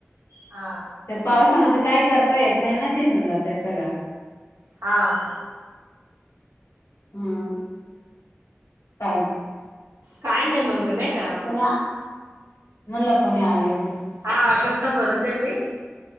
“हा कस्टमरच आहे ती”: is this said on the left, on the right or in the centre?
Right